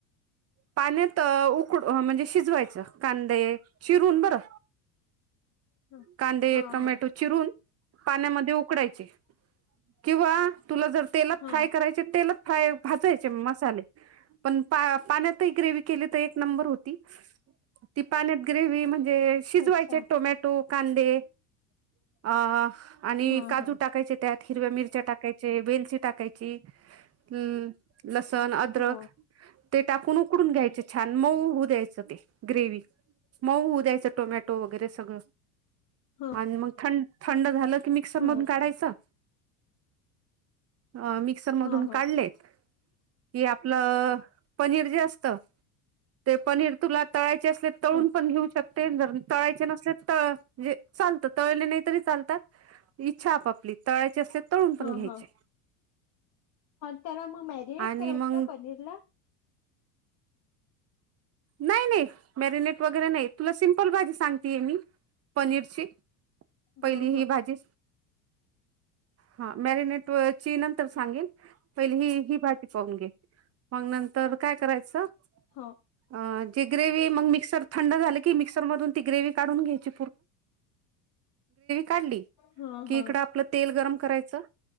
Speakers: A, on the right; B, on the left.
A: पाण्यात उकड म्हणजे शिजवायचं कांदे शिरून बरं
B: हा
A: कांदे
B: हा
A: टोमॅटो
B: हा
A: चिरून पाण्यामध्ये उकडायचे किंवा तुला जर तेलात
B: हा
A: फ्राय करायचे तेलात फ्राय भाजयचे मसाले पण पाण्यातही ग्रेव केली तर एक नंबर होती ती पाण्यात ग्रेव म्हणजे शिजवायचे
B: अच्छा
A: टोमॅटो कांदे अ आणि
B: हा
A: काजू
B: हा
A: टाकायचे त्यात हिरव्या मिरच्या टाकायचे वेलची टाकायची हम् लसन अदरक
B: हो
A: ते टाकून उकडून घ्यायचे छान मऊ होऊ द्यायचं ते ग्रेव मऊ दयचं टोमॅटो वगैरे सग
B: हा
A: आणि मग ं थंड झालं की मिक्सर
B: हा
A: मधून काढायचं अ मिक्सर मधून
B: हा हा
A: काढलेच कि आपलं पनीर जे असत ते पनीर तुला तळायचे असले तळून
B: हा
A: पण घेऊ शकते तळायचे नसले तळ म्हजे चालत तळले नाही तरी चालतात इच्छा आपापली तळायचे असते तळून पण
B: हा
A: घ्यायचे
B: हा त्याला मग मॅरिनेट
A: आणि
B: करायस
A: मग
B: का पनीर ला
A: नाही नाही मॅरिनेट वगैरे नाही तुला सिमपल भाजी सांगतेय मी पनीरची पहिली
B: हा हा
A: ही भाजी हा मॅरिनेट नंतर सांगल पहि ह ही भा प घे मग नंतर काय करायचं
B: होा
A: अ जे ग्रेववी मग मिक्सर थंड झालं की मिक्सर मधून ती ग्रेव काढून घेत का इ
B: हा हा
A: तेल गरम करायचं